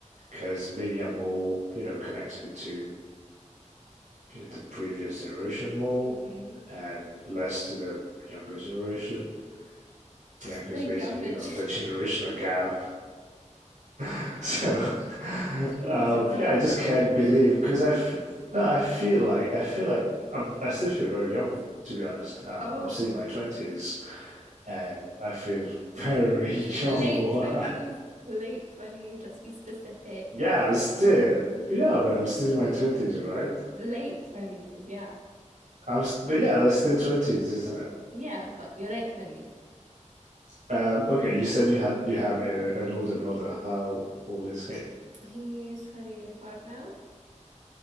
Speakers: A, on the right; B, on the right.
A: because maybe I'm more, you know, connected to the previous generation more
B: Mm-hmm.
A: and less to the younger generation. Yeah, because
B: The
A: basically,
B: younger.
A: you know,
B: <laughs> gen-
A: the generational gap. <laughs> so, uh,
B: Jeez, you're that
A: yeah, I
B: old,
A: just can't
B: huh?
A: believe because I, f- no, I feel like I feel like I'm, I still feel very young to be honest. Um,
B: Oh,
A: I'm still in my twenties and I feel very
B: late
A: young. <laughs>
B: twenties,
A: What?
B: late twenties. Let's be specific.
A: yeah, I'm still yeah, but I'm still in my twenties, right?
B: Late twenties, yeah,
A: I'm, s- but yeah, that's still twenties, isn't it?
B: yeah. But you're late twenties.
A: Um, okay, you said you had you have a, an older brother. How old is he?
B: He's twenty five now.